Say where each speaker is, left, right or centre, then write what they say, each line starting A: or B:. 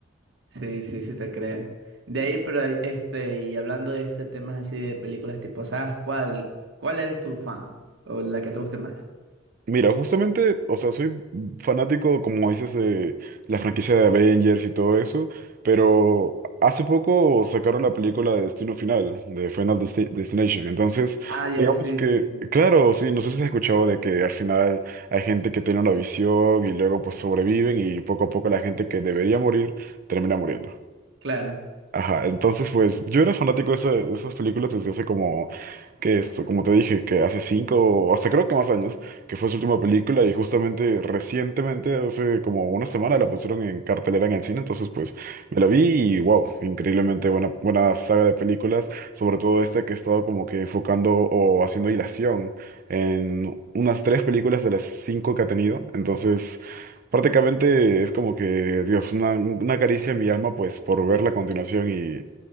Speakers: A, on the right; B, on the right.
A: Sí, sí, sí te creo. De ahí, pero ahí, este, y hablando de este temas así de películas tipo sagas, ¿cuál, cuál eres tu fan? O la que te guste más.
B: Mira, justamente, o sea, soy fanático, como dices, de la franquicia de Avengers y todo eso, pero hace poco sacaron la película de Destino Final, de Final Desti- Destination. Entonces,
A: Ah, ya,
B: digamos
A: sí,
B: que,
A: sí, sí.
B: claro, sí, no sé si has escuchado de que al final hay gente que tiene una visión y luego pues sobreviven y poco a poco la gente que debería morir termina muriendo.
A: Claro.
B: Ajá, entonces pues yo era fanático de, esa- de esas películas desde hace como que esto, como te dije, que hace cinco o hasta creo que más años, que fue su última película y justamente recientemente, hace como una semana, la pusieron en cartelera en el cine, entonces pues me la vi y wow, increíblemente buena, buena saga de películas, sobre todo esta que he estado como que enfocando o haciendo hilación en unas tres películas de las cinco que ha tenido, entonces... Prácticamente es como que, Dios, una, una caricia en mi alma, pues, por ver la continuación y